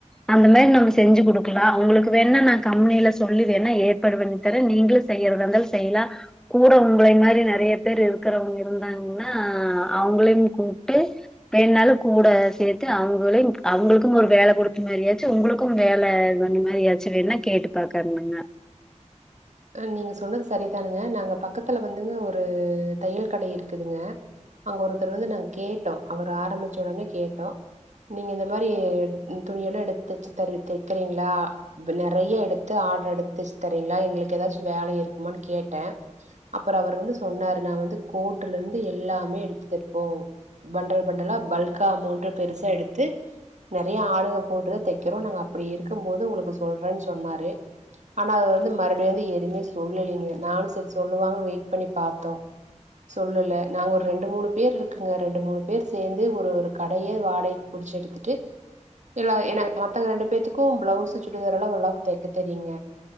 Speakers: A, in the centre; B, on the right.
A: அந்த மாரி நம்ம செஞ்சு குடுக்கலா உங்களுக்கு வேனுணா நா கம்பெனிய்ல சொல்லி வேணா ஏற்பாடு பண்ணி தரே நீங்களு செய்யிறதா இருந்தாலு செய்லா கூட உங்களைய மாரி நெறைய பேர் இருக்கிறவங்க இருந்தாங்ன்னா அவங்களையும் கூப்ட்டு இப்ப என்னாலப் கூட சேத்து அவங்களையு அவங்களுக்கும் ஒரு வேல குடுத்த மாரி ஆச்சு உங்களுக்கும் வேல பண்ண மாரிய ஆச்சு வேணா கேட்டு பாக்கருனுங்க
B: நீங்க சொன்னது சரிதானுங்க நாங்க பக்கத்துல வந்துங்க ஒரு தையல் கடை இருக்குதுங்க அங்க ஒருத்தர் வந்து நாங்க கேட்டோ அவர் ஆரம்பிச்ச ஒடனே கேட்டோ நீங்க இந்த மாதிரி தூணியல்லா எடுத்து தச்சு தரு தக்கிறுங்ளா நறைய எடுத்து ஆட்ரு எடுத்து தச்சு தரீங்ளா எங்களுக்கு ஏதாச்சு வேல இருக்குமானு கேட்டே அப்பறோ அவர் வந்து சொன்னாரு நா வந்து கோட்டுல இருந்து எல்லாமே எடுத்து தப்போ பண்டல் பண்டலா பல்கா மூன்று பெருசா எடுத்து நறைய ஆழுங்க போட்டுதா தைக்கிறோ நாங்க அப்டி இருக்கும்போது உங்ளுக்கு சொல்றேன் சொன்னாரு ஆனா அவரு வந்து மறு அப்டிய வந்து எதுமே சொல்லலீங்க நானு சரி சொல்லுவாங்கன் வெயிட் பண்ணி பாத்தோ சொல்லல்ல நாங்க ஒரு ரெண்டு மூணு பேர் இருக்குங்க ரெண்டு மூணு பேர் சேந்து ஒரு ஒரு கடைய வாடகைக்கு புடிச்சு எடு ட்டு இல்ல என மத்தங்க ரெண்டு பேத்துக்கு ப்ளவுஸ் சுடிதார் எல்லா ஓரளவுக்கு தக்க தெரியுங்க